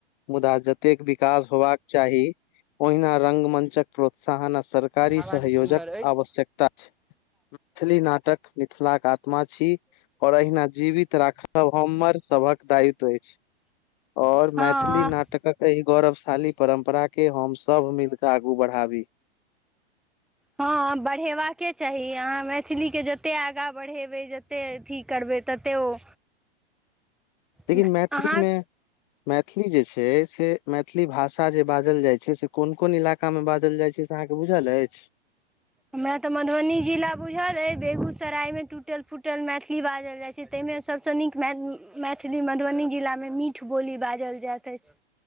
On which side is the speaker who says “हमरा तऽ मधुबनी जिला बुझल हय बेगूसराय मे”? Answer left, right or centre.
Centre